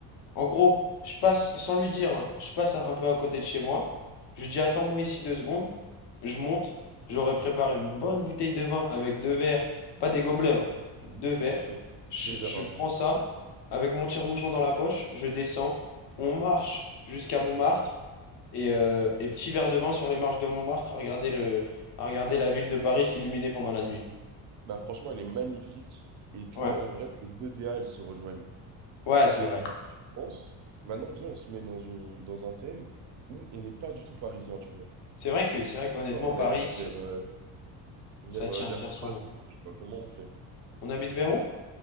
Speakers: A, on the left; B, on the right.
A: En gros, je passe, sans lui dire, hein, je passe à- un peu à côté de chez moi. Je lui dis, attends-moi ici deux secondes. Je monte. J'aurais préparé une bonne bouteille de vin avec deux verres, pas des gobelets, hein, deux verres.
B: Ok.
A: Je,
B: Deux verres
A: je
B: avant.
A: prends ça avec mon tire-bouchon dans la poche. Je descends. On marche jusqu'à Montmartre. Et, euh, et petit verre de vin sur les marches de Montmartre à regarder le, à regarder la ville de Paris s'illuminer pendant la nuit.
B: Bah franchement, elle est magnifique. Et tu
A: Ouais,
B: vois, en vrai, les deux DA, elles se rejoignent.
A: ouais, c'est
B: Mais
A: vrai.
B: je pense, maintenant, viens, on se met dans une, dans un thème où on n'est pas du tout parisien, tu vois.
A: C'est vrai que,
B: Et genre,
A: c'est vrai qu'honnêtement,
B: je sais pas, on
A: Paris,
B: habite
A: c'est-
B: vers, euh, vers,
A: ça tient
B: euh, vers
A: bien
B: Strasbourg,
A: son nom.
B: tu vois. Comment on fait?
A: On habite vers où?